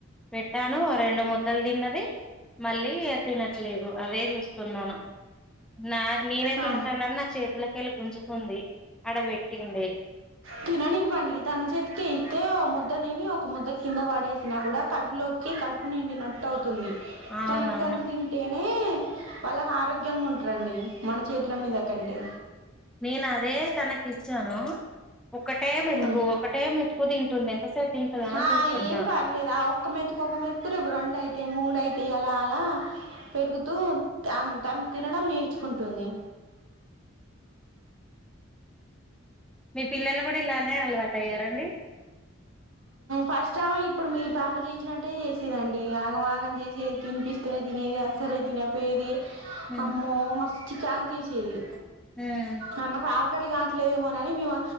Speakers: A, in the centre; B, on the right.
A: పెట్టాను రెండు ముద్దలు తిన్నది మళ్ళీ తినట్లేదు అదే చూస్తున్నాను నా నేనే
B: ఆ
A: తింటాన నా చేతిలకిళ్ గుంజుకుంది అడబట్టింది
B: తిననివడికి తన చేతికి ఇస్తే ఓ ముద్ద తిని ఒక ముద్ద కింద పడేసినా కూడా కడుపులోకి కడుపు నిండినట్టు అవుతుంది
A: అవునవును
B: తనకు తను తింటేనే వాళ్ళకి ఆరోగ్యంగా ఉంటు కు రండి మన చేతుల మీద కంటే
A: నేను అదే తనకి ఇచ్చాను ఒకటే మెతుకు
B: ఉమ్
A: ఒకటే మెతుకు తింటుంది ఎంతసేపు తింటదా అని
B: ఆ
A: చూస్తున్నా
B: ఏం పర్లేదు ఆ ఒక్క మెతుకు ఒక్క మెతుకు రేపు రెండు అయితే మూడుయితే ప అలా అలా పెరుగుతూ తను తినడం నేర్చుకుంటుంది
A: మీ పిల్లలు కూడా ఇలానే అలవాటు అయ్యారండి
B: ఫస్ట్ ఇప్పుడు మీ పాప చేసినట్టే చేసేదండి ఆగంమాగం చేసేది తినిపిస్తనే తినేది అస్సలే తినపోఏది
A: ఉమ్
B: అమ్మో ప్యాక్ చేసిని
A: ఉమ్
B: ఆ మాకు ఆ <unintelligible> ఆక ంట్లేదేమో అని మేము